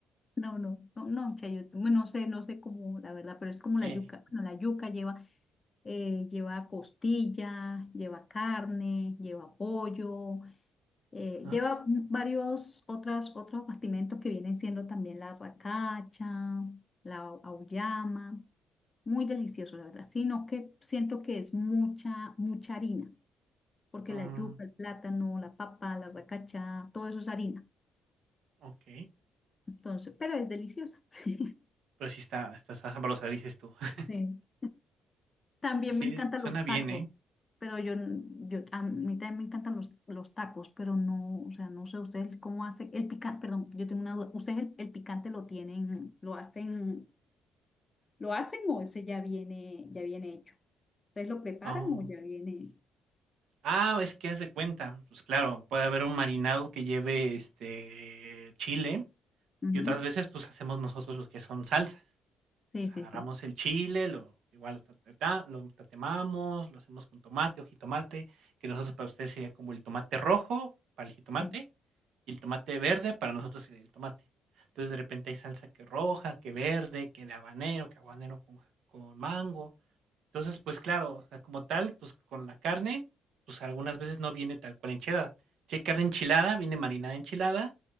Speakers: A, on the left; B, on the right.
A: No, no, no, no, chayote. Bueno, no sé, no sé cómo, la verdad, pero es como
B: Eh,
A: la yuca. Bueno, la yuca lleva eh, lleva costilla, lleva carne, lleva pollo, eh,
B: ajá.
A: lleva varios otras, otros bastimentos que vienen siendo también la racacha, la au- auyama. Muy delicioso, la verdad, sino que siento que es mucha, mucha harina, porque
B: mm,
A: la yuca, el plátano, la papa, la racacha, todo eso es harina.
B: ok.
A: Entonces, pero es deliciosa. <laughs>
B: Pero sí está, está sabrosa, dices tú. <laughs>
A: Sí. También
B: Pues Sí,
A: me encantan
B: suena
A: los
B: bien,
A: tacos,
B: ¿eh?
A: pero yo, n- yo a mí también me encantan los, los tacos, pero no, o sea, no sé ustedes cómo hacen el picante, perdón, yo tengo una duda, ¿ustedes el, el picante lo tienen, lo hacen, lo hacen o ese ya viene, ya viene hecho? ¿Ustedes lo preparan
B: Oh.
A: o ya viene?
B: Ah, es que haz de cuenta. Pues claro, puede haber un marinado que lleve, este, chile
A: Ujú.
B: y otras veces pues hacemos nosotros los que son salsas.
A: Sí,
B: O sea,
A: sí,
B: agarramos
A: sí,
B: el chile, lo igual lo, tatata- lo tatemamos, lo hacemos con tomate o jitomate, que nosotros para ustedes sería como el tomate rojo para el jitomate
A: sí,
B: y el tomate verde para nosotros sería el tomate. Entonces de repente hay salsa que roja, que verde, que de habanero, que habanero con, ja, con mango. Entonces, pues claro, o sea, como tal, pues con la carne, pues algunas veces no viene tal cual enchilada. Si hay carne enchilada, viene marinada enchilada,